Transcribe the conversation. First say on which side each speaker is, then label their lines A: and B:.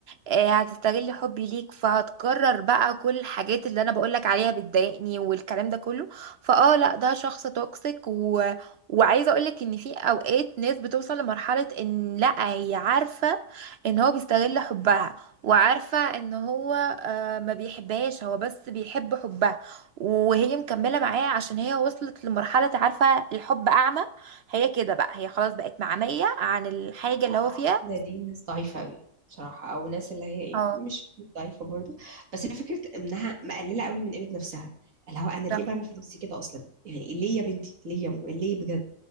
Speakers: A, on the right; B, on the right.
A: آه، هتستغل حبي ليك فهتكرر بقى كل الحاجات اللي انا بقولك عليها بتضايقني والكلام ده كله فاه لا ده شخص توكسيك و... وعايزه اقولك ان في اوقات ناس بتوصل لمرحله ان لا هي عارفه ان هو بيستغل حبها وعارفه ان هو آه، ما بيحبهاش هو بس بيحب حبها وهي مكمله معاه عشان هي وصلت لمرحله عارفه الحب اعمى هي كده بقى هي خلاص بقت معميه عن الحاجه اللي
B: لا
A: هو
B: بحس
A: فيها
B: ان دي ناس ضعيفة قوي بصراحة او ناس اللي هي إيه،
A: اه
B: مش ضعيفة برضو بس هي فكرة انها مقللة قوي من قيمة نفسها اللي هو انا ليه
A: بالظبط.
B: بعمل في نفسي كده اصلا يعني ليه يا بنتي ليه يا مؤمن ليه بجد